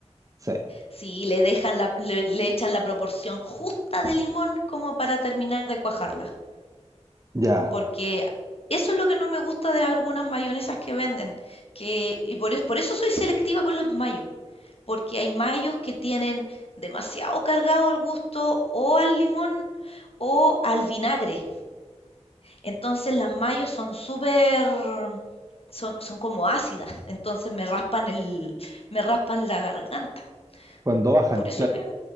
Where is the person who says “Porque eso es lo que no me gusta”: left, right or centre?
Left